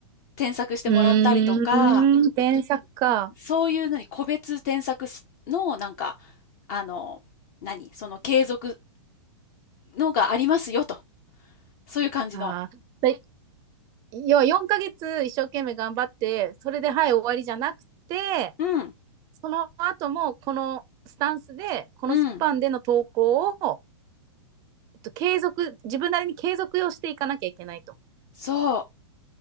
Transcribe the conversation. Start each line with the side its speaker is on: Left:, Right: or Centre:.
Left: 添削してもらったりとか、
Right: うーん。添削か。
Left: そういう何、個別添削のなんか、あの、何、その継続のがありますよと。そういう感じの。
Right: ああ。で要は4ヶ月一生懸命頑張って、それではい、終わりじゃなくて、
Left: うん、
Right: その後もこのスタンスでこのスパンでの投稿を、
Left: うん、
Right: えっと、継続自分なりに継続をしていかなきゃいけないと。
Left: そう。